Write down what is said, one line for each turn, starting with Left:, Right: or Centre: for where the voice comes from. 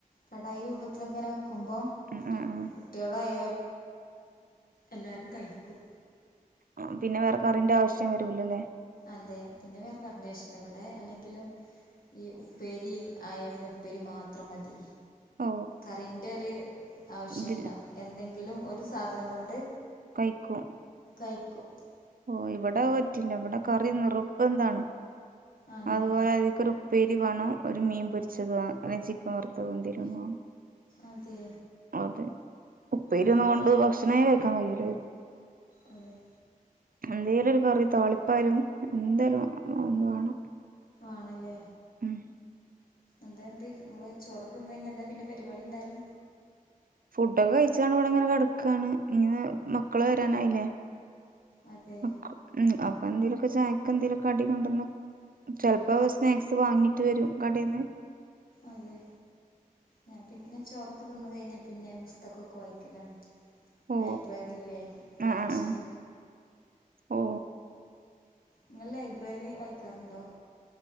Left: കടായി രൂപത്തിങ്ങനെ വെക്കുമ്പോ
Right: ഉം ആഹ് ആഹ്
Left: കുട്ടികളയ എല്ലരും കഴിക്കും
Right: ആ പിന്നെ വേറെക്കറിന്റെ ആവശ്യം വരൂലല്ലേ
Left: അതെ പിന്നെ വേറെ കറേഷല്ല ഇവിടെ അല്ലെങ്കിലും ഈ ഉപ്പേരി ആയ പിന്നെ ഉപ്പേരി മാത്രം മതി
Right: ഓ
Left: കറിന്റെ ഒരു ആവശ്യമല്ല
Right: ഇതിൽ
Left: എന്തെങ്കിലും ഒരു സാധനം കൊണ്ട്
Right: വൈക്കും
Left: തൈക്കു <unintelligible>
Right: ഓ ഇവിടെ പറ്റില്ല ഇവിടെ കറി നിറുബന്താണ്
Left: ആണോ
Right: അതുപോലെ അധിക്കരു പേരി വേണോ ഒരു മീൻ പൊരിച്ചത് അല്ലെങ്കിൽ ചിക്കൻ വറുത്തതും തീരുന്ന
Left: അതെ
Right: അതെ ഉപ്പേയില
Left: ഉം.
Right: ഒന്നും കൊണ്ട് ഭക്ഷണമായി കേഴക്കാൻ കഴല്ല
Left: അതേ <unintelligible>
Right: എന്തെിലും ഒരു കറി താളിപ്പായാലും എന്തോലും ഒന്ന് വേണം
Left: ആണല്ലേ
Right: ഉം
Left: എന്താ എന്ത് നിങ്ങള് ചോറക്ക് നിന്ന കഴിഞ്ഞാ എന്താ പിന്നെ പരിപാടി ഉണ്ടാല്
Right: കുട്ടൊക്കെ കഴിച്ചണ്ട് ഇൂടെ ഇങ്ങനെ കിടക്കുകയാണ് ഇങ്ങനെ മക്കള് വരാനായില്ലേ
Left: അതെ
Right: <unintelligible> അപ്പ എന്തേലുമൊക്കെ ചായക്ക എന്തെേലൊക്ക അടി കൊണ്ടന്ന ചെപ്പോ സ്നാക്സ് വാങ്ങിട്ട് വരും കടേന്ന്
Left: അതെ ഞാൻ പിന്നെ ചോറക്ക തിന്ന കഴിഞ്ഞാൽ പിന്നെ പുസ്തകമൊക്കെ വായിക്കലാണ്
Right: ഓ
Left: ലൈബ്രറിയിലേ വായനശാല
Right: ആ ആ ആ ഓ
Left: നിങ്ങൾ ലൈബ്രറി വായിക്കാറുണ്ടോ